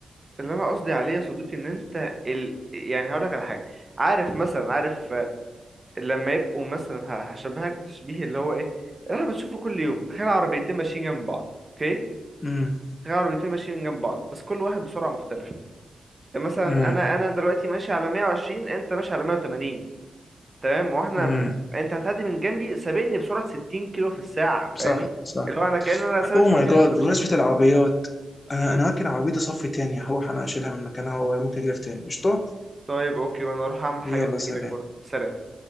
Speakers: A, on the right; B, on the left.
A: اللي انا قصدي عليه يا صديقي ان انت ال... يعني هقول لك على حاجه عارف مثلا عارف آه، لما يبقوا مثلا ه- هشبهك بتشبيه اللي هو ايه اللي احنا بنشوفه كل يوم تخيل عربيتين ماشيين جنب بعض اوكي
B: امم
A: هي عربيتين ماشيين من جنب بعض بس كل واحد بسرعة مختلفة يعني مثلا
B: امم
A: انا انا دلوقتي ماشي على 120 انت ماشي على 180 تمام واحنا
B: امم
A: انت هتعدي من جنبي سابقني بسرعة 60 كيلو في الساعة
B: صح
A: فاهمني
B: صح
A: اللي هو انا كأن انا ثابت
B: اوه
A: في
B: ماي
A: مكاني
B: جاد
A: وانت ماشي
B: بمناسبة
A: بس
B: العربيات انا
A: امم
B: انا ممكن عربيتي صف تاني هروح انا اشيلها من مكانها وممكن اجيلك تاني قشطة
A: طيب اوكي وانا اروح اعمل حاجة
B: يلا سلام
A: واجي لك برضه سلام